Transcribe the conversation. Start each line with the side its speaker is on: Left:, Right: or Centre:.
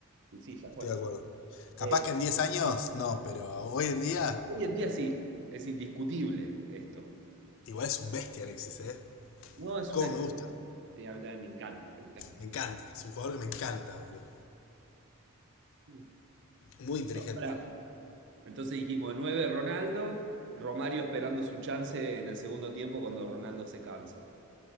Right: Y sí, ya fue.
Left: estoy de acuerdo. Capaz
Right: Eh,
Left: que en 10 años, no, pero hoy en día,
Right: hoy en día sí, es indiscutible esto.
Left: igual es un bestia Alexis, ¿eh?
Right: No, es
Left: Cómo
Right: una.
Left: me gusta.
Right: eh, a mí también me encanta, me encanta.
Left: Me encanta. Es un jugador que me encanta, boludo.
Right: Bueno,
Left: Muy inteligente.
Right: pará. Entonces dijimos, 9 Ronaldo, Romario esperando su chance en el segundo tiempo cuando Ronaldo se cansa.